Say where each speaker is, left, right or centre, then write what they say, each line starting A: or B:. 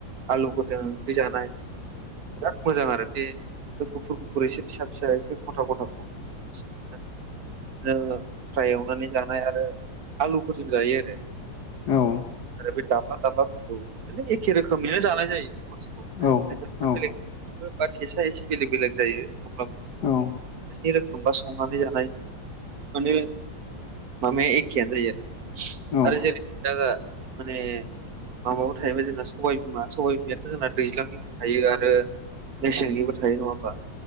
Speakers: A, on the right; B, on the left.
A: आलुफोरजों ख्रि जानाय बिराद मोजां आरो बे बे गुफुर गुफुर एसे फिसा फिसा एसे गथा गथाखौ <unintelligible> फ्राय एवनानै जानाय आरो आलुफोरजों जायो आरो।
B: औ
A: आरो बे दाब्ला दाबलाफोरखौ म एखे रोखोमनिनो जानाय जायो गरसिखौ
B: औ
A: <unintelligible>
B: औ
A: बो बा थेसा एसे बेलेग बेलेग जायो अब्लाबो <unintelligible>
B: औ
A: जानायनि रोखोम बा संनानै जानाय माने माबाया एखेयानो जायो
B: औ
A: आरो <unintelligible> माने माबाबो थायैबाय जोंना सबबाय बिमा सबाय बिमायाथ' जोंना दैज्लांनिबो थायो आरो मेसेंनिबो थायो नङा होमबा?